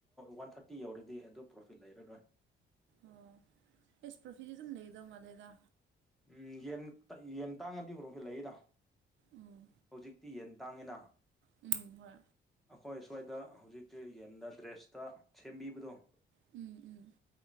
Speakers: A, in the centre; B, on the right.
A: ꯋꯥꯟ ꯊꯥꯔꯇꯤ ꯌꯧꯔꯗꯤ ꯑꯗꯨ ꯄ꯭ꯔꯣꯐꯤꯠ ꯂꯩꯔꯔꯣꯏ
B: ꯑꯥ ꯏꯁ ꯄ꯭ꯔꯣꯐꯤꯠꯗꯤ ꯑꯗꯨꯝ ꯂꯩꯒꯗꯕ ꯃꯥꯗꯦꯗ
A: ꯎꯝ ꯌꯦꯟ ꯌꯦꯟ ꯇꯥꯡꯉꯗꯤ ꯄꯔꯣꯐꯤꯠ ꯂꯩꯌꯦꯗ
B: ꯎꯝ
A: ꯍꯧꯖꯤꯛꯇꯤ ꯌꯦꯟ ꯇꯥꯡꯉꯤꯅ
B: ꯎꯝ ꯍꯣꯏ
A: ꯑꯩꯈꯣꯏ ꯁ꯭ꯋꯥꯏꯗ ꯍꯧꯖꯤꯛꯛꯇꯤ ꯌꯦꯟꯗ ꯗ꯭ꯔꯦꯁꯇ ꯁꯦꯝꯕꯤꯕꯗꯣ
B: ꯎꯝ ꯎꯝ